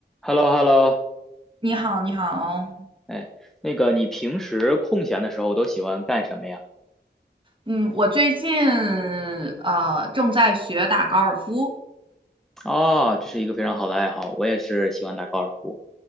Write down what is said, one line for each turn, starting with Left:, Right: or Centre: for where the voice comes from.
Centre: h e l l o h e l l o
Right: 你好，你好，
Centre: 哎，那个你平时空闲的时候都喜欢干什么呀？
Right: 嗯，我最近呃正在学打高尔夫，
Centre: 哦，这是一个非常好的爱好，我也是喜欢打高尔夫。